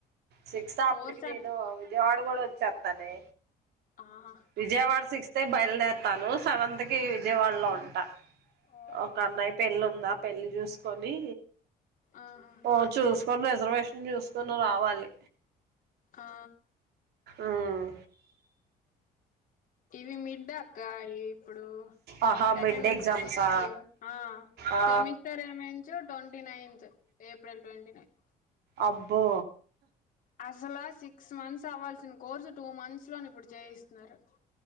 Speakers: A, on the right; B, on the left.
A: సిక్స్తాఅప్పటికి
B: ఫోర్ సబ్
A: నేను విజయవాడ కూడా వచ్చేతానే
B: ఆహా
A: విజయవాడ సిక్స్త్ ఏ బయల్దేరుతను సెవెంత్ కి విజయవాడ్లో ఉంటా
B: ఓహో
A: ఒక అన్నయ పెళ్లి ఉంది ఆ పెళ్లి చూసుకొనీ
B: ఆహా
A: ఓ చూస్కొని రిజర్వేషన్ చూసుకొని రావాలి
B: ఆ
A: ఆహ్
B: ఇవి మిడ్ అక్క ఇప్పుడు
A: ఆహా
B: సెకండ్
A: మిడ్
B: నుంచి
A: ఎగ్జామ్సా
B: సిక్స్త్ ఆ
A: ఆ
B: సెమిస్టర్ ఏమించ్చు ట్వంటీనైన్త్ ఏప్రిల్ ట్వంటైనైన్
A: అబ్బో
B: అసలా సిక్స్ మంత్స్ అవ్వాల్సిన కోర్సు టూ మంస్లోను ఇప్పుడు చేయిస్తున్నారు